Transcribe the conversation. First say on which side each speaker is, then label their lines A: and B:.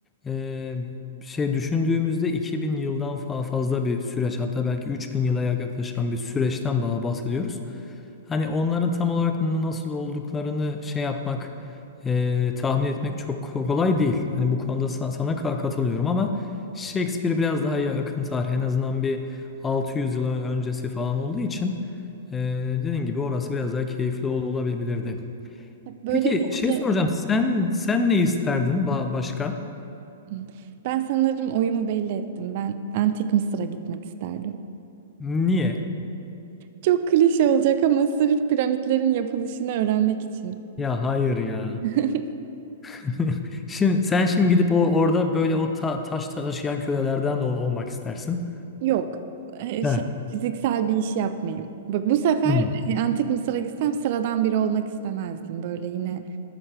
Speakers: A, on the left; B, on the right.
A: e, şey düşündüğümüzde 2000 yıldan fa- fazla bir süreç hatta belki 3000 yıla yaklaşan bir süreçten ba- bahsediyoruz. Hani onların tam olarak n- nasıl olduklarını şey yapmak e, tahmin etmek çok ko- kolay değil. Hani bu konuda sa- sana ka- katılıyorum ama Shakespeare biraz daha yakın tarih en azından bir 600 yıl öncesi falan olduğu için e, dediğin gibi orası biraz daha keyifli ol- olabilirdi.
B: Bak Böyle
A: Peki
B: deyince
A: şey soracağım. Sen sen ne isterdin ba- başka?
B: Hmm. ben sanırım oyumu belli ettim. Ben Antik Mısır'a gitmek isterdim.
A: Niye?
B: Çok klişe olacak ama sırf piramitlerin yapılışını öğrenmek için.
A: Ya hayır ya.
B: <laughs>
A: <laughs> Şimdi sen şimdi gidip o orada böyle o ta- taş taşıyan kölelerden de ol- olmak istersin.
B: Yok. e,
A: Evet.
B: Şey, fiziksel bir iş yapmayayım. Bak bu sefer
A: Hmm,
B: e, Antik Mısır'a gitsem sıradan biri olmak istemezdim. Böyle yine